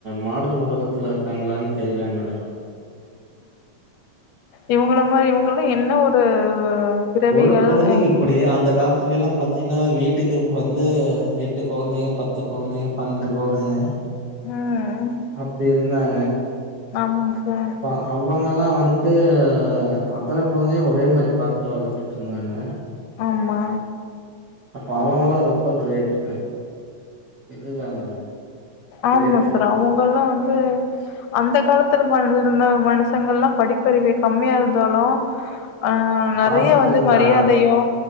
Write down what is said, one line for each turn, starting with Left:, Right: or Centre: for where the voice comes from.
Right: மாடல் உலகத்துல இருக்காங்களான்னு தெரியல மேடம்
Left: இவங்கள மாரி இவங்கலா என்ன ஒரு பிறவிகள்
Right: ஒரு குழந்தைக்கு
Left: அ
Right: இப்டி அப்படிய அந்த காலத்துல எல்லா பாத்தீங்கன்னா வீட்டுக்கு வந்து எட்டு கொழந்தையோ பத்து கொழந்தையோ <unintelligible>
Left: அ
Right: அப்டி இருந்தாங்க
Left: ஆமாங்க சார்
Right: அவுங்க எல்லா வந்ட்டு அத்தன கொழந்தையு ஒரே மாரி பாத்து வளர்த்துட்ருந்தாங்க
Left: ஆமா
Right: அப்ப அவங்க எல்லா ரொம்ப கிரேட் இதுதாங்க
Left: ஆமா
Right: கிரேட்டு
Left: சார் அவுங்கல்லா வந்து அந்த காலத்துல மாரி இருந்த மனுசங்கள்லா படிப்பறிவு கம்மியா இருந்தாலு ஆ நறைய
Right: பாசத்துல
Left: வந்து
Right: ஜா
Left: மரியாதையு